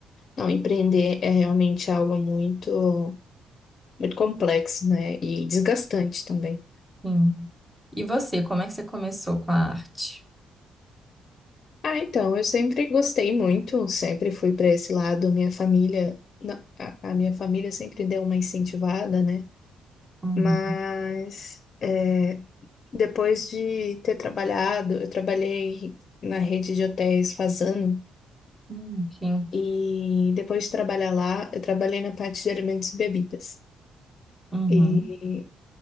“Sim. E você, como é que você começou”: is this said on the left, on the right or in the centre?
Centre